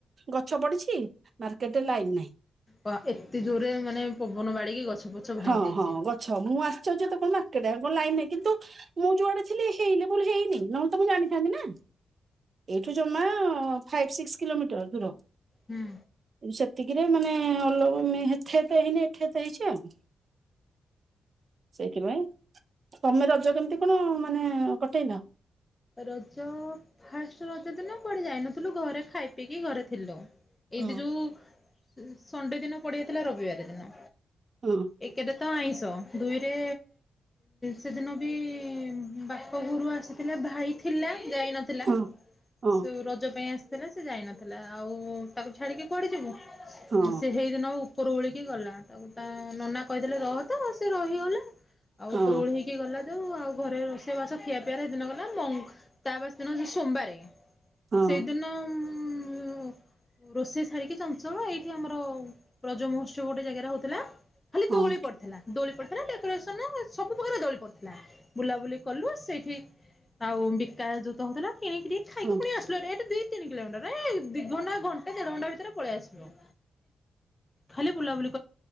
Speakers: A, on the right; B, on the left.
A: ଗଛ ପଡିଚି ମାର୍କେଟରେ ଲାଇନି ନାହିଁ।
B: ପା ଏତେ ଜୋରରେ ମାନେ ପବନ ବାଡେଇକି ଗଛ ଫଛ ଭାଙ୍ଗି
A: ହଁ
B: ଦେଇଚି।
A: <unintelligible> ମୁଁ ଆସଚର୍ଯ୍ୟ ତ କଣ ମାର୍କେଟ ଆଡେ କଣ ଲାଇନି ନାଇଁ କିନ୍ତୁ ମୁଁ ଯୁଆଡେ ଥିଲି ହେଇ ଲେବୁଲୁ ହେଇନି ନହେଲେ ତ ମୁଁ ଜାଣିଥାନ୍ତି ନା ଏଇଠୁ ଜମା ହଁ ଫାଇଭ୍ ସିକ୍ସ କିଲୋମିଟର ଦୂର।
B: ହୁଁ।
A: ସେତିକିରେ ମାନେ <unintelligible> ହେଇନି ଏଠେ ଏତେ ହେଇଚି ଆଉ। <unintelligible> ସେଇଥିପାଇଁ ତମେ ରଜ କେମିତି କ'ଣ ମାନେ କଟେଇଲ?
B: ରଜ ଫାଷ୍ଟେ ରଜ ଦିନ କୁଆଡେଯାଇନଥିଲୁ ଘରେ ଖାଇ ପିଇକି ଘରେ ଥିଲୁ। ଏମିତି
A: ହଁ
B: ଯୋଉ ସଣ୍ଡେ ଦିନ ପଡିଯାଇଥିଲା ରବିବାର ଦିନ
A: ହଁ
B: ଏକଟା। ତ ଆଇଁଷ ଦୁଇରେ। ସେଦିନ ବି ବାପଘରୁ ଆସିଥିଲେ। ଭାଇ ଥିଲା ଯାଇ ନଥିଲା
A: ହଁ ହଁ
B: ସୁ ରଜ ପାଇଁ ଆସିଥିଲା। ଥିଲା ସେ ଯାଇନଥିଲା ଆଉ ତାକୁ ଛାଡ଼ିକି କୁଆଡେ ଯିବି
A: ହଁ
B: ସେ ହେଇ ଉପରୋଳିକି ଗଲା ତାକୁ ତା ନନା କହିଦେଲେ ରହ ତ ସେ ରହିଗଲା ଆଉ
A: ହଁ
B: ଉପରୋଳିକି। ଇଏ ଗଲା ଯୋଉ ଆଉ ଘରେ ରୋଷେଇବାସ ଖିଆ ପିଆରେ ହେ ଦିନଗଲା ତା ବାସି ଦିନ ସୋମବାରେ।
A: ହଁ
B: ସେଦିନ ରୋଷେଇ ମୁଁ ରୋଷେଇ ସାରିକି ଚଞ୍ଚଳ ଏଇଠି ଆମର। ରଜ ମହୋତ୍ସବ ଗୋଟେ ଜାଗାରେ ହଉଥିଲା ଖାଲି
A: ହଁ
B: ଦୋଳି ପଡିଥିଲା। ଦୋଳି ପଡ଼ିଥିଲା ଡେକୋରେସନ ସବୁ ପ୍ରକାର ଦୋଳି ପଡ଼ିଥିଲା ବୁଲାବୁଲି କଲୁ ସେଇଠି। ଆଉ ବିକା ଜୋଉତ ହଉଥିଲା କିଣିକି ଖାଇକି
A: ହଁ।
B: ପୁଣି ଆସୁ। ଏଇଠେ ଦି, ତିନି କିଲୋମିଟର ଏ ଦିଘଣ୍ଟା, ଘଣ୍ଟେ, ଦେଢଘଣ୍ଟା ଭିତରେ ପଳେଇ ଆସିବ। ଖାଲି ବୁଲାବୁଲି।